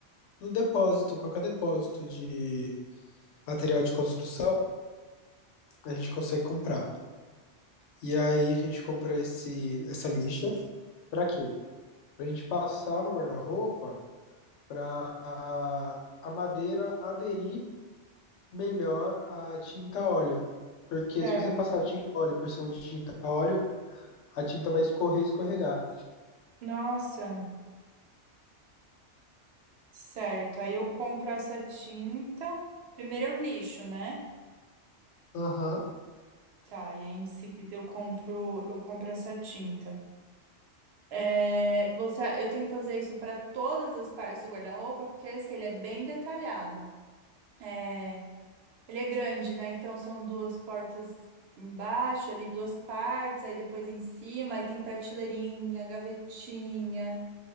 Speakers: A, on the left (about 85°); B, on the right (about 65°).
A: no depósito, qualquer depósito de material de construção, a gente consegue comprar. E aí a gente compra esse, essa lixa. Pra quê? Pra gente passar no guarda-roupa pra a, a madeira aderir melhor à tinta óleo. Porque
B: É.
A: se você passar tinta óleo por cima de tinta óleo, a tinta vai escorrer escorregar.
B: Nossa, certo. Aí eu compro essa tinta. Primeiro eu lixo, né?
A: Aham.
B: Tá, e aí em seguida eu compro, eu compro essa tinta. É, você, eu tenho que fazer isso para todas as partes do guarda-roupa, porque assim, ele é bem detalhado. É, Ele é grande, né? Então são duas portas embaixo, ali duas partes, aí depois em cima, aí tem prateleirinha, gavetinha.